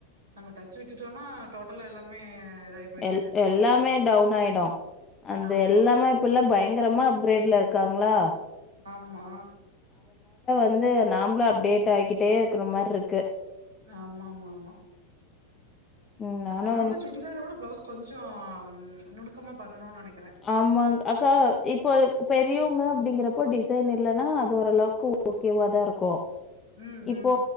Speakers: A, on the right (about 65°); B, on the left (about 20°).
A: நம்ம டச் விட்டுட்டோனா டோட்டலா எல்லாமே இதாயி போயிடுச்சு
B: எல் எல்லாமே டவுன் ஆயிடு அந்த
A: ஆமா
B: எல்லாமே இப்பல்லா பயங்கரமா அப்க்ரேட்ல இருக் காங்ளா
A: ஆமா
B: வந்து நாம்பளு அப்டேட் ஆய்கிட்டேருக்கற மார்ருக்கு
A: ஆமாமாமா
B: ம் நானு
A: அதால ஆனா சுடிதாரோட ப்ளவுஸ் கொஞ்சோ ம்ச் நுணுக்கமா பண்ணணு நெனைக்
B: ஆமாங் அக்கா இப்போ பெரியவுங்க அப்டிங்கறப்ப டிசைன் எ இல்லனா அது ஓரளவுக்கு ஓகேவா தா இருக்கு
A: ம்
B: இப்போ
A: ம்